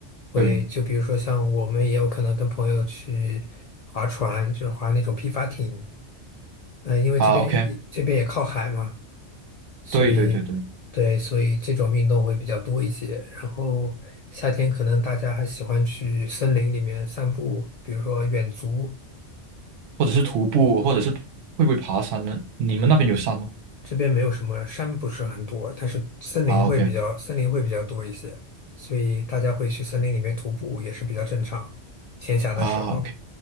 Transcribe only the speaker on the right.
对
啊，OK，
对对对对。
或者是徒步，或者是会不会爬山呢？你们那边有山吗？
啊，OK，
啊